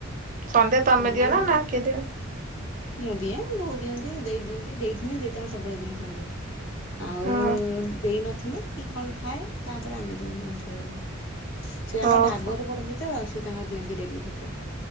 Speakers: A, on the right; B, on the left.
A: ସନ୍ଧ୍ୟା ତମେ
B: ମୁଁ
A: ଦିଅ ନା ନା କିଏ ଦିଅନ୍ତି?
B: ମୁଁ ଦିଏ ବୋଉ ଦିଅନ୍ତି ଦେଇ ଦିଅନ୍ତି ଦେଇ ଥିନେ ଦେଇ ତାଙ୍କ ସବୁବେଳେ ଦିଅନ୍ତି ସନ୍ଧ୍ୟା। ଆଉ
A: ହଁ
B: ଦେଇ ନଥିନେ କି କଣ ଥାଏ ତାପରେ ଆମେ ଦୋଉ ବୋଉ ସେ ଆମର
A: ଓହୋ
B: ଭାଗବତ ପଢନ୍ତି ତ ସେ ତାଙ୍କର ଦିଅନ୍ତି ଡେଲି ଧୂପ।